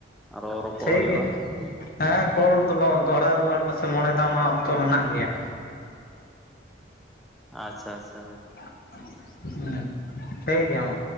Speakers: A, in the centre; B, on the left.
A: ᱟᱨᱚ ᱨᱚᱯᱚᱲ
B: ᱴᱷᱤᱠ
A: ᱦᱩᱭᱩᱜᱼᱟ
B: ᱜᱮᱭᱟ
A: ᱦᱳᱭ
B: ᱦᱮᱸ ᱠᱚᱞ ᱫᱚᱞᱚ ᱫᱚᱦᱲᱟ ᱨᱩᱣᱟᱹᱲ ᱢᱮᱥᱮ ᱢᱚᱬᱮ ᱫᱷᱟᱣ ᱢᱟ ᱚᱠᱛᱚ ᱢᱮᱱᱟᱜ ᱜᱮᱭᱟ
A: ᱟᱪᱪᱷᱟ ᱟᱪᱪᱷᱟ ᱦᱳᱭ
B: <unintelligible> ᱴᱷᱤᱠ ᱜᱮᱭᱟ ᱢᱟ